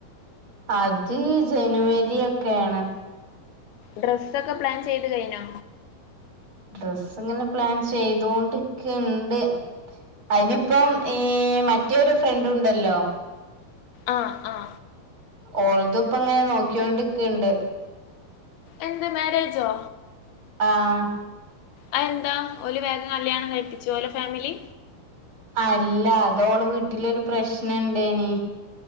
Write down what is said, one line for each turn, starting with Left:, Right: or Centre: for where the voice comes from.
Right: അത് ജനുവരി ഒക്കെണ്
Left: ഡ്രസ്സ ഒക്കെ പ്ലാൻ ചെയ്ത് കഴിഞ്ഞോ
Right: ഡ്രസ്സ് ഇങ്ങനെ പ്ലാൻ ചെയ്തോണ്ടിക്ണ്ട് അതിനിപ്പം ഈ മറ്റേരു ഫ്രണ്ട് ഉണ്ടല്ലോ
Left: ആഹ ആഹ
Right: ഓൾതുപ്പ ഇങ്ങനെ നോക്കിയോണ്ടിക്കണ്ട്
Left: എന്ത് മാരേജോ
Right: ആഹ
Left: അ എന്താ ഓല് വേഗം കല്യാണം കഴിപ്പിച്ചു ഓലേ ഫാമിലി
Right: അല്ല അതോള വീട്ടിലൊരു പ്രശ്നംണ്ടേനി